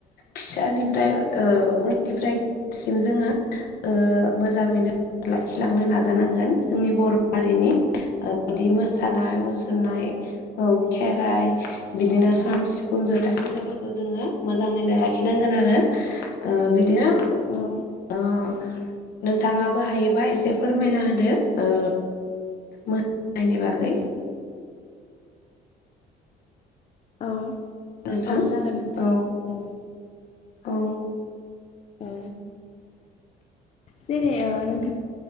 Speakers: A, on the left (about 65°); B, on the left (about 40°).
A: फिसानिफ्राय ओ उननिफ्रायसिम जोङो ओ मोजाङैनो लाखिलांनो नाजानांगोन जोंनि बर' हारिनि ओ बिदि मोसानाय मुसुरनाय औ खेराइ बिदिनो खाम सिफुं ज'था सेरजाफोरखौ जोङो मोजाङैनो लाखिनांगोन। आरो ओ बिदिनो ओ
B: औ
A: नोंथाङाबो हायोबा एसे फोरमायना होदो ओ मो <inaudible> बागै
B: औ
A: नोंथां
B: औ जागोन नोंथां
A: औ
B: औ।
A: औ।
B: औ। जेरै ओ नोंथां